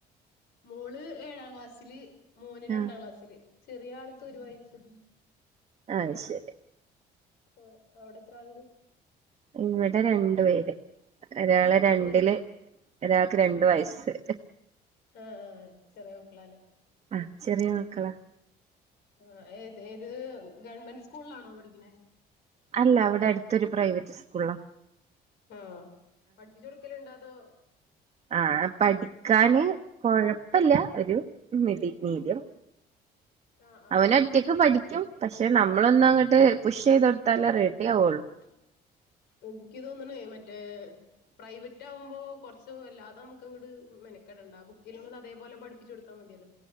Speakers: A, on the left; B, on the right.
A: മോള് ഏഴാം ക്ലാസ്സില് മോന് രണ്ടാം
B: ആഹ്
A: ക്ലാസ്സില് ചെറിയ ആൾക്ക് ഒരു വയസ്സ്.
B: അഅ്‌ ശരി.
A: ആഹ് അവടെ എത്ര ആള്ണ്ട്?
B: ഇവടെ രണ്ട് പേര് ഒരാളെ രണ്ടില്
A: ഏത്
B: ഒരാൾക്ക് രണ്ടുവയസ്സ്.
A: ആഹ് ആഹ് ആഹ് ചെറീയേ മക്കളാല്ലെ.
B: ആഹ് ചെറീയേ മക്കളാ.
A: ആഹ് ഏത് ഏത് ഗവൺമെന്റ് സ്കൂൾലാണോ പഠിക്ക്ണെ?
B: അല്ല അവടെ അടുത്തൊരു പ്രൈവറ്റ് സ്കൂൾളാ.
A: ആഹ് പഠിപ്പിച്ച് കൊടുക്കല്ണ്ടോ അതോ
B: ആഹ് പഠിക്കാന് കൊഴപ്പല്ല്യാ ഒര് മിഡി മീഡിയം
A: ആഹ്. ആഹ്
B: അവന് ഒറ്റക്ക് പഠിക്കും പക്ഷെ നമ്മളൊന്നും അങ്ങട്ട് പുഷ് ചെയ്ത് കൊടുത്താലേ റെഡി ആവുള്ളൂ
A: ആഹ്. ഇൻക്ക് തോന്ന്നെയ് മറ്റേ പ്രൈവറ്റ് ആവുംമ്പോ കൊർച്ച് വല്ലാതെ ന്നമുക്ക് ങ്ങട് മെനക്കടണ്ട ബുക്കില്ള്ളത് അതേപോലെ പഠിപ്പിച്ചോട്ത്താ മതിയല്ലോ.